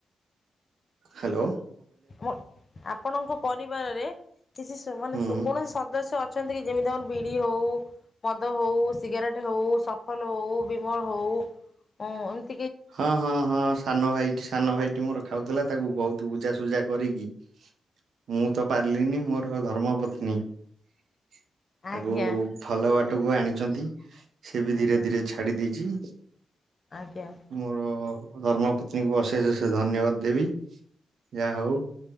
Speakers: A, on the right; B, on the left.
A: ହାଲୋ।
B: ମୋ ଆପଣଙ୍କ ପରିବାରରେ କିଛି ସ ମାନେ
A: ହୁଁ
B: କ କୌଣସି ସ ଦସ୍ୟ ଅଛନ୍ତି କି ଯେମିତି ଆମର ବିଡି ହୋଉ ମଦ ହୋଉ ସିଗାରେଟେ ହୋଉ, ସଫଲ ହଉ, ବିମଳ ହୋଉ ଉଁ ଏମ
A: ହଁ ହଁ ହଁ ସାନ ଭାଇଟି ସାନ ଭାଇଟି ମୋର ଖାଉଥୁଲା ତାକୁ ବୋହୁତ ବୁଝାସୁଝା କରିକି ମୁଁ ତ ପାରଲିନି ମୋର ଧର୍ମପତ୍ନୀ ତାକୁ
B: ଆଜ୍ଞା
A: ଭଲ ବାଟକୁ ଆଣିଚନ୍ତି ସିଏ ବି
B: ଆଜ୍ଞା
A: ଧୀରେ ଧୀରେ ଛା ଛାଡ଼ି ଦେଇଚି।
B: ଆଜ୍ଞା।
A: ମୋର ଧର୍ମ ପତ୍ନୀଙ୍କୁ ଅସେସ୍ ଅସେସ୍ ଧନ୍ୟବାଦ ଦେବି ଯାହୋଉ